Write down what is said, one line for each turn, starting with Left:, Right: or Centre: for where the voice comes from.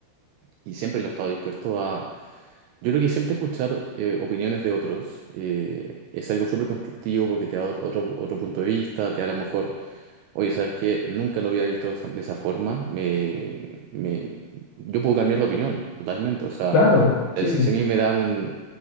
Right: y siempre lo he estado dispuesto a, yo creo que siempre escuchar eh, opiniones de otros eh, es algo súper constructivo porque te da otro, otro punto de vista, te da a lo mejor Oye, ¿sabes qué? Nunca lo había visto de esa, de esa forma. Me, me- yo puedo cambiar de opinión totalmente. O sea,
Left: Claro, sí,
Right: eh, si,
Left: pues.
Right: si a mí me da un,